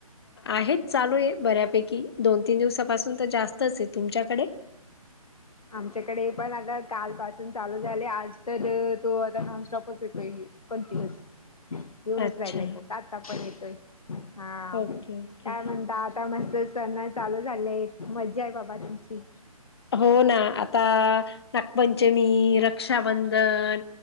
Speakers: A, on the left; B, on the left.
A: आहेत चालू आहे.. बऱ्यापैकी दोन तीन दिवसापासून तर जास्तच आहे.. तुमच्याकडे?
B: आमच्याकडे पण आता कालपासून चालू झाले.. आज तर तो आता नॉनस्टॉपच येतोय.. कंटिन्युअस येेऊनच
A: अच्छा
B: राहिलय पाऊस आता आपण येतोय हा
A: ओके ओके
B: काय म्हणत आ आता मस्त सण चालू झाले आहेत.. मज्जा आहे बाबा तुमची..
A: हो ना आता नागपंचमी, रक्षाबंधन